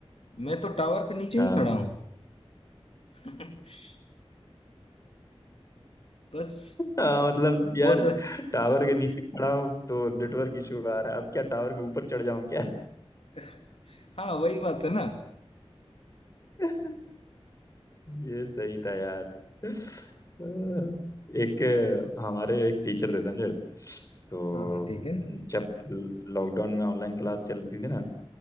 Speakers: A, on the left; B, on the left.
A: मैं तो टावर के नीचे
B: हाँ
A: ही खड़ा हूँ <laughs> बस
B: हाँ मतलब यार
A: वो सर
B: टावर के नीचे खड़ा हूँ तो नेटवर्क इशू आ रहा है अब क्या टावर के ऊपर चढ़ जाऊं क्या
A: <laughs> हाँ वही बात है ना
B: <laughs> ये सही था यार अ, एक अ, हमारे एक टीचर थे समझे तो
A: हाँ हाँ ठीक है
B: जब लॉकडाउन में ऑनलाइन क्लास चलती थी ना